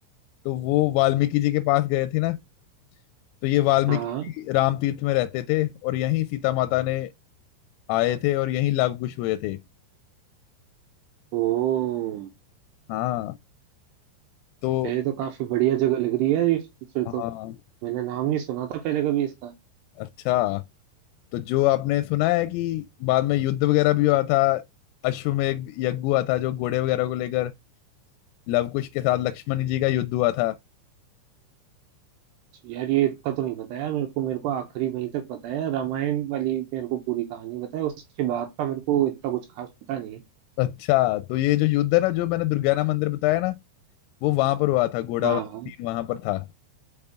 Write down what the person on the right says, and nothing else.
हाँ
ओ
ये तो काफी बढ़िया जगह लग रही है ये फिर
तो मैंने नाम नहीं सुना था पहले कभी इसका
यार ये इतना तो नहीं पता यार मेरे को मेरे को आखिरी वहीं तक पता है रामायण वाली मेरे को पूरी कहानी पता है उसके बाद का मेरे को इतना कुछ खास पता नहीं है
हाँ
हाँ